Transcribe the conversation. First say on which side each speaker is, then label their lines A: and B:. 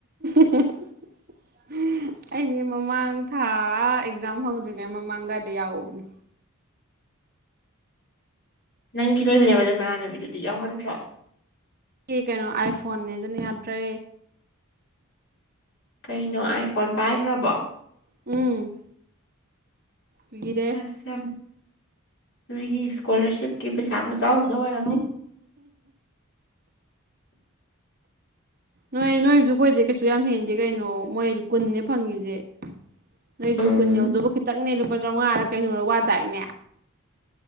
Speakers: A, on the right; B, on the left.
A: <unintelligible> ꯑꯩꯗꯤ ꯃꯃꯥꯡ ꯊꯥ ꯑꯦꯛꯖꯥꯝ ꯍꯧꯗ꯭ꯔꯤꯉꯩ ꯃꯃꯥꯡꯗꯏꯗ ꯌꯥꯎꯕꯅꯦ
B: ꯅꯪꯒꯤ ꯂꯩꯃꯤꯟꯅꯕꯗ ꯃꯃꯅꯕꯤꯗꯨꯗꯤ ꯌꯥꯎꯍꯟꯗ꯭ꯔꯣ
A: ꯑꯩꯒꯤ ꯀꯩꯅꯣ ꯑꯥꯏꯐꯣꯟꯅꯦ ꯑꯗꯨꯅ ꯌꯥꯗ꯭ꯔꯦ
B: ꯀꯩꯅꯣ ꯑꯥꯏ ꯐꯣꯟ ꯄꯥꯏꯈ꯭ꯔꯕꯣ
A: ꯎꯝ ꯂꯤꯔꯦ
B: ꯑꯁ ꯌꯥꯝ ꯑꯗꯨꯒꯤ ꯏꯁꯀꯣꯂꯔꯁꯤꯞꯀꯤ ꯄꯩꯁꯥꯀ ꯆꯥꯎꯔꯨꯗ ꯑꯣꯏꯔꯝꯅꯤ
A: ꯅꯣꯏ ꯅꯣꯏꯖꯨ ꯀꯣꯏ ꯗ ꯀꯩꯁꯨ ꯌꯥꯝ ꯍꯦꯟꯗꯦ ꯀꯩꯅꯣ ꯃꯣꯏ ꯀꯨꯟꯅꯦ ꯐꯪꯉꯁꯦ ꯅꯣꯏꯁꯨ
B: ꯎꯝ
A: ꯀꯨꯟ ꯌꯧꯗꯕ ꯈꯤꯇꯪꯅꯦ ꯂꯨꯄꯥ ꯆꯥꯃꯉꯥꯗ ꯀꯩꯅꯣꯗ ꯋꯥꯗꯥꯏꯅꯦ